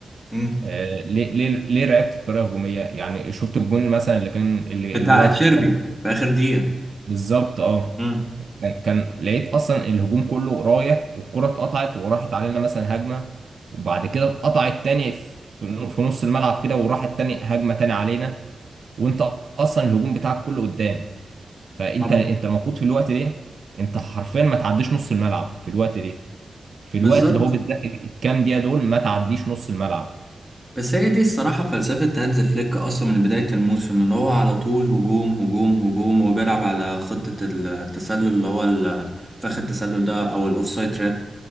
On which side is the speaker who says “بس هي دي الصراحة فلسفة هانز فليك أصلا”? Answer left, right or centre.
Centre